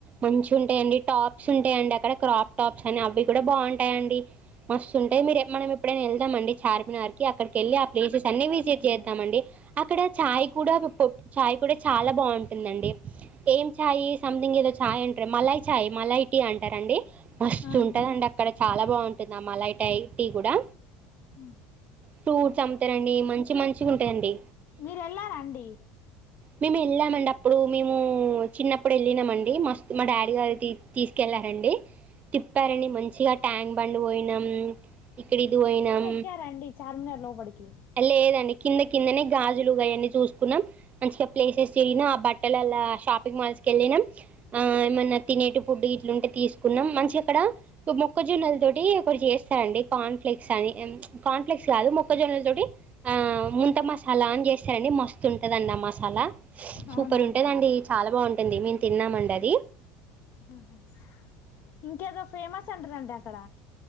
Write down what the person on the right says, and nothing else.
మంచిగ ఉంటాయండి టాప్స్ ఉంటాయండి అక్కడ క్రాప్ టాప్స్ అని అవి కూడా బాగుంటాయండి మస్తుంటాయి మీరు మనం ఎప్పుడైనా వెళ్దాం అండి చార్మినార్ కి అక్కడికి వెళ్ళి ఆ ప్లేసెస్ అన్ని విజిట్ చేద్దామండి అక్కడ చాయ్ కూడా పప్ చాయ్ కూడా చాలా బాగుంటుందండి ఏం ఛాయ్ సథింగ్ ఏదో ఛాయ్ అంటారు మలాయ్ మలై టీ అంటారు అండి మస్తుంటదండి
అక్కడ చాలా బాగుంటుంది మలై టై టీ కూడా
ఫ్రూట్స్ అమ్ముతారండి మంచి మంచిగా ఉంటాయండి
మేము వెళ్ళామండి అప్పుడు మేము చిన్నప్పుడు వెళ్ళినామండి మస్తు మా డాడీ గారు తీ తీసుకెళ్ళారండి తిప్పారండి మంచిగా ట్యాంక్ బండ్ పోయినాం ఇక్కడ ఇది పోయినాం
లేదండి కింద కిందనే గాజులు ఆయన్ని చూసుకున్నాం మంచిగా ప్లేసెస్ తిరిగినా ఆ బట్టలల్లా షాపింగ్ మాల్స్ కెళ్ళినాం ఆ ఏమన్నా తినేటి ఫుడ్ ఇట్లుంటే తీసుకున్నాం మంచిగ అక్కడ మొక్కజొన్నల తోటి ఒకరు చేస్తారండి కార్న్ ఫ్లెక్స్ అని మ్ ప్చ్ కార్న్‌ప్లెక్స్ కాదు మొక్కజొన్నల తో ఆ ముంత మసాలా అని చేస్తారండి మస్తుంటదండి ఆ మసాలా సూపర్
ఉంటదండి
చాలా బాగుంటుంది మేము తిన్నాం అండి అది